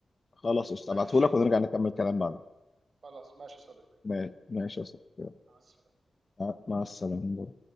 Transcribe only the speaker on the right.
ماشي
خلاص ماشي يا صديقي
مع السلامه